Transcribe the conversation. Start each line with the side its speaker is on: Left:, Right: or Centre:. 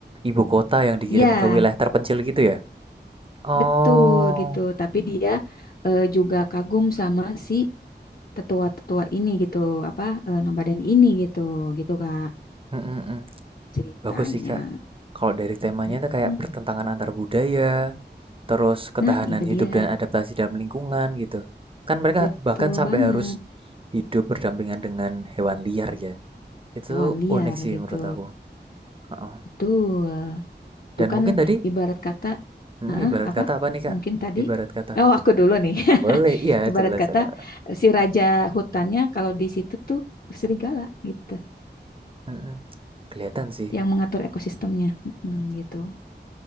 Right: ibu kota yang dikirim
Left: Ya,
Right: ke wilayah terpencil gitu ya. Oh,
Left: betul gitu. Tapi dia eh, juga kagum sama si tetua-tetua ini gitu. Apa eh, nomaden ini gitu. Gitu Kak
Right: mm, mm, mm.
Left: ceritanya.
Right: Bagus sih kak. Kalau dari temanya
Left: Mm-mm.
Right: tuh kayak pertentangan antar budaya, terus ketahanan
Left: Nah, itu
Right: hidup
Left: dia.
Right: dan adaptasi dalam lingkungan gitu. Kan mereka
Left: Betul
Right: bahkan sampai
Left: banget.
Right: harus hidup berdampingan dengan hewan liar ya. Itu
Left: Hewan liar
Right: unik sih
Left: gitu.
Right: menurut aku. Heeh.
Left: Betul. Itu
Right: Dan
Left: kan
Right: mungkin tadi
Left: ibarat kata,
Right: hmm,
Left: Heeh,
Right: ibarat
Left: apa?
Right: kata apa nih Kak?
Left: Mungkin tadi
Right: Ibarat kata.
Left: Oh, aku dulu nih. <laughs>
Right: Boleh, iya
Left: ibarat
Right: jelas
Left: kata
Right: Kak.
Left: si raja hutannya kalau di situ tuh serigala gitu
Right: Mm-mm. Kelihatan sih.
Left: yang mengatur ekosistemnya Mm,
Right: Mm,
Left: gitu